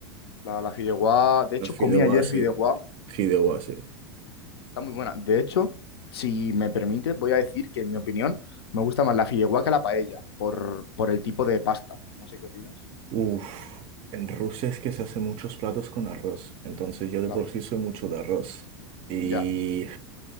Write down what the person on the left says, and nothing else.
la, la fideuá. De hecho,
comí ayer
fideuá.
Está muy buena. De hecho, si me permites, voy a decir que, en mi opinión, me gusta más la fideuá que la paella, por, por el tipo de pasta. No sé qué opinas.
Claro,
ya,